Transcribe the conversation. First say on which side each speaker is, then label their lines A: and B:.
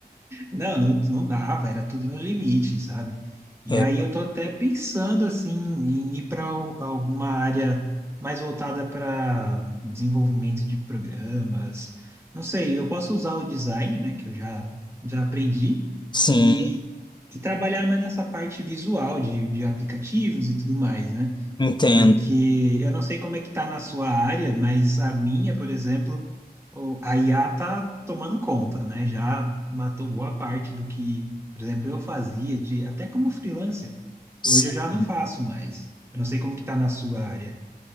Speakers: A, on the right (about 15°); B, on the left (about 30°).
A: Não, não, não dava, era tudo no limite, sabe? E
B: é,
A: aí eu tô até pensando assim em ir para alguma área mais voltada para desenvolvimento de programas. Não sei, eu posso usar o design, né, que eu já já aprendi
B: sim,
A: e, e trabalhar mais nessa parte visual de, de aplicativos e tudo mais, né?
B: entendo.
A: Porque eu não sei como é que tá na sua área, mas a minha, por exemplo, o- a IA tá tomando conta, né? Já matou boa parte do que, por exemplo, eu fazia de até como freelancer.
B: Sim.
A: Hoje eu já não faço mais. Eu não sei como que tá na sua área.